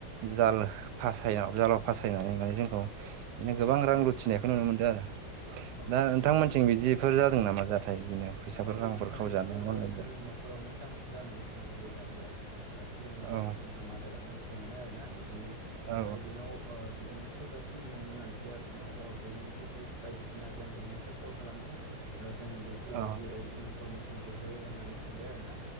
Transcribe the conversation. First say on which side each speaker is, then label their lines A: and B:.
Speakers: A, on the right; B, on the right.
A: जाल फासायाव जालाव फासायनानै माने जोंखौ बिदिनो गोबां रां
B: औ
A: लुथिनाय बेखौ नुनो मोनदों आरो
B: औ
A: दा नोंथांमोनथिं बिदिफोर जादों नामा जाथाय बिदिनो फैसाफोर
B: औ
A: रांफोर
B: जानायाथ'
A: खावजानाय अनलाइनजों
B: जोंनि न'खरावनो जानानै थांखाबाय बे जाथाया सिगांनि दिनाव
A: औ
B: जोंहा मादारा मिथिया मोना आरो ना बिदिनो
A: औ
B: ओमफ्राय बेनाव अ बिदिनो सोरबा सिनायमोननि मानसिया बेनाव बेंकनि डिटेल्स बायदिसिना जों बेंकनिफ्राय कल खालामदों जोङो बेफोरबायदि
A: औ
B: इनफरमेसनखौ हो होननानै सोंबाय आरोना